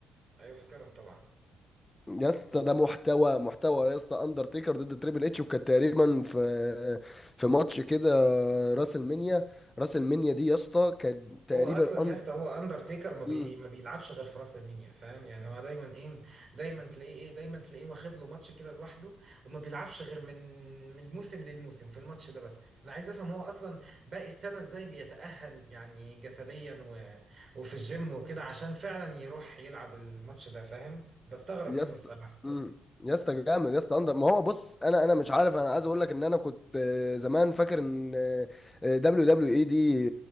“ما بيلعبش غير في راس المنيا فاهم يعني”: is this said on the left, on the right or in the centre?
Right